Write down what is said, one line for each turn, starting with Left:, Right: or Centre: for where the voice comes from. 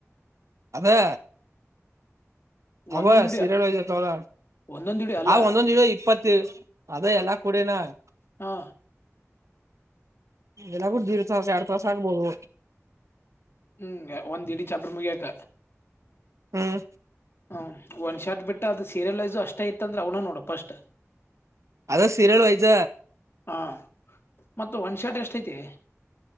Right: ಅದೇ ಅಬ
Left: ಒಂದೊಂದ್ ವಿಡಿಯೋ
Right: ಸೀರೆಳಯತಳ
Left: ಒಂದೊಂದ್ ವಿಡಿಯೋ ಅಲ್ಲ
Right: ಆ ಒಂದೊಂದು ಇಪ್ಪತ್ತ ಅದ ಎಲ್ಲ ಪುದೆನಾ ನ
Left: ಹಾ
Right: ಎಲ್ಲ ಕೂಡ ದೀಡ್ ತಾಸ ಎರ ತಾಸ ಆಗ್ಬೋದು
Left: ಹ್ಮ್ ಒಂದ್ ಇಡೀ ಚಪ್ರ ಮುಗಿಯಾಕ
Right: ಹ್ಮ್
Left: ಹ ಒಂದ್ ಶಾರ್ಟ್ ಬಿಟ್ಟ ಅದು ಸೀರಿಯಲ್ ವೈಸು ಅಷ್ಟ ಇತ್ತ ಅಂದ್ರೆ ಅವನ ನೋಡಪ ಅಸ್ಟ್
Right: ಅದ ಸೀರಿಯಲ್ ವಹಚ
Left: ಹಾಂ ಮತ್ತು ಒನ್ ಶರ್ಟ್ ಎಷ್ಟೈತಿ